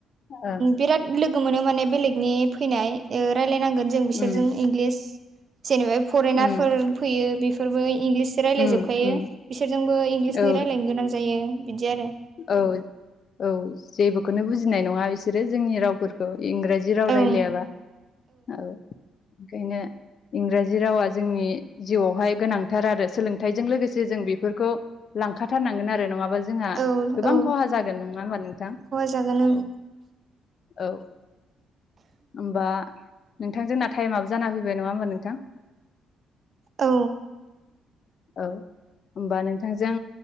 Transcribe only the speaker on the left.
ओं
उम
उम
उम उम
औ
औ औ जेबोखौनो बुजिनाय नङा बिसोरो जोंनि रावफोरखौ इंराजि ज राव
रायजलायाबा औ ओंखायनो इंराजि रावा जोंनि जिउआवहाय गोनांथार आरो सोलोंथाइजों लोगोसे जों बेफोरखौ लांखाथारनांगोन आरो नङाबा जोंहा
गोबां
खहा जागोन नङा होमबा नोंथां
औ औ। होमबा नोंथांजोंना टाइमाबो जाना फैबाय नङा होमबा नोंथां?
औ होमबा नोंथांजों